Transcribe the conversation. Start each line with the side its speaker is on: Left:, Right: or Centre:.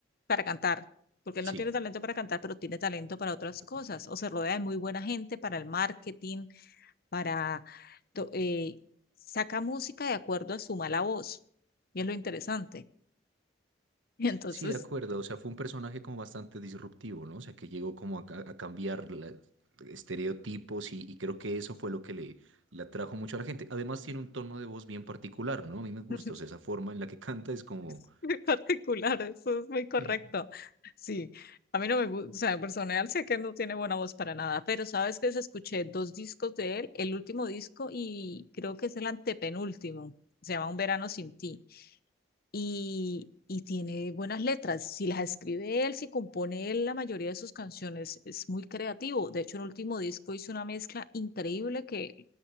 Left: para cantar, porque
Right: Sí,
Left: él no tiene talento para cantar, pero tiene talento para otras
Right: de acuerdo.
Left: cosas, o se rodea de muy buena gente para el marketing, para... to- eh, saca música de acuerdo a su mala voz, y es lo interesante. Y entonces,
Right: Sí, de acuerdo, o sea, fue un personaje como bastante disruptivo, ¿no? O sea, que llegó como a, ca- a cambiar la- estereotipos y, y creo que eso fue lo que le, le atrajo mucho a la gente. Además tiene un tono de voz bien particular, ¿no? A mí me gusta,
Left: <laughs>
Right: o sea, esa forma en la que <laughs> canta es como...
Left: <laughs> muy particular, eso es muy correcto.
Right: Sí.
Left: Sí, a mí no me gusta, o sea, en personal sé que no tiene buena voz para nada, pero sabes que escuché dos discos de él, el último disco y creo que es el antepenúltimo, se llama Un verano sin ti, y, y tiene buenas letras, si las escribe él, si compone él la mayoría de sus canciones, es muy creativo. De hecho, el último disco hizo una mezcla increíble que